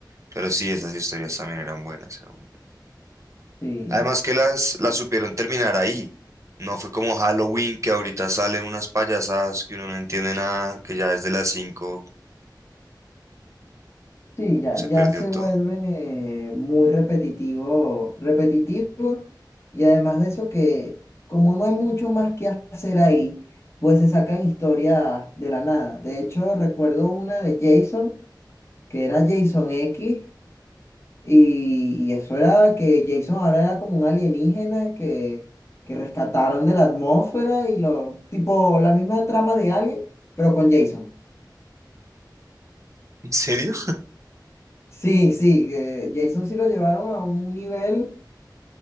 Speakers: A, on the right (about 40°); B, on the left (about 35°).
A: Pero sí, esas historias también eran buenas. eran-
B: Sí.
A: Además que las, las supieron terminar ahí. No fue como Halloween, que ahorita salen unas payasadas que uno no entiende nada, que ya desde las 5
B: Sí, ya,
A: se perdió
B: ya se
A: todo.
B: vuelve muy repetitivo, repetitivo, y además de eso que como no hay mucho más que hacer ahí, pues se sacan historias de la nada. De hecho, recuerdo una de Jason, que era Jason X, y, y eso era que Jason ahora era como un alienígena que, que rescataron de la atmósfera y lo, tipo la misma trama de Alien, pero con Jason.
A: ¿En serio?
B: Sí, sí, eh, Jason sí lo llevaron a un nivel